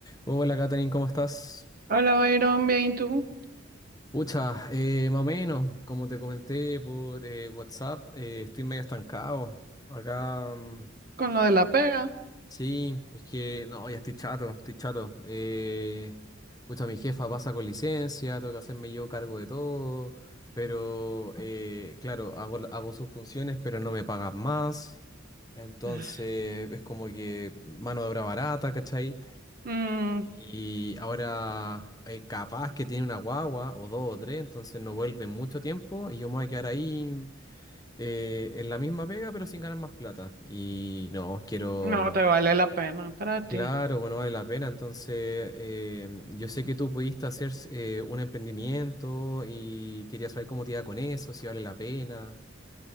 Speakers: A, on the left; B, on the right.
A: Hola Katherine, ¿cómo estás?
B: Hola, Byron, bien, ¿y tú?
A: Pucha, eh, más o menos, como te comenté por eh, WhatsApp, eh, estoy medio estancado. Acá, mm,
B: Con lo de la pega.
A: sí, es que no, ya estoy chato, estoy chato. Eh, pucha, mi jefa pasa con licencia, tengo que hacerme yo cargo de todo, pero eh, claro, hago, hago sus funciones, pero no me pagan más. Entonces,
B: Ah,
A: es como que mano de obra barata, ¿cachai?
B: Mm,
A: Y ahora, eh, capaz que tiene una guagua, o dos o tres, entonces no vuelve en mucho tiempo y yo me voy a quedar ahí eh, en la misma pega, pero sin ganar más plata. Y no, quiero.
B: no te vale la pena para
A: Claro,
B: ti.
A: bueno, vale la pena. Entonces, eh, yo sé que tú pudiste hacer eh, un emprendimiento y quería saber cómo te iba con eso, si vale la pena.